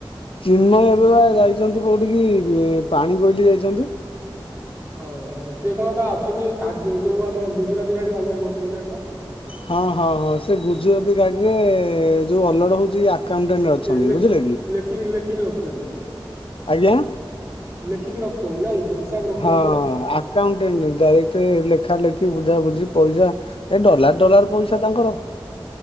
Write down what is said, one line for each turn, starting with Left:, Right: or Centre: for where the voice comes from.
Left: ଚିନ୍ମୟ ଏବେ ବା ଯାଇଛନ୍ତି କୋଉଠି କିି ପାଣି କୋଇଲି ଯାଇଛନ୍ତି।
Right: ହଁ ସିଏ କଣ ବା ଅଛନ୍ତି ଏଇ କା ଯୋଉ ଆମର ଗୁଜୁରାତି ଗାଡି ଅର୍ଲର କରୁଛନ୍ତି ନା କଣ?
Left: ହଁ ହଁ ହଁ ସେ ଗୁଜୁରାତିୀ ଗାଡି ରେ ଯୋଉ ଅଲଡ ହଉଛି ଆକାଉଣ୍ଟାଣ୍ଟ ଅଛନ୍ତି
Right: ସେ ଲେ
Left: ବୁଝିଲେ କି
Right: ଲେଖିକି ଲେ ଖୀକି ରଖୁଛନ୍ତି।
Left: ଆଜ୍ଞା
Right: ଲେଖିକି ରଖୁ ଚନ୍ତି ନାଇଁ ହିସାବ ରଖୁଛନ୍ତି
Left: ହଁ
Right: ଆଉ।
Left: ଆକାଉଟେଣ୍ଟ ଡାଇରେକ୍ଟ ଲେଖା ଲେଖି ବୁଝାବୁଝି ପଇସା ଏଇ ଡଲାର ଡଲାର ପଇସା ତାଙ୍କର।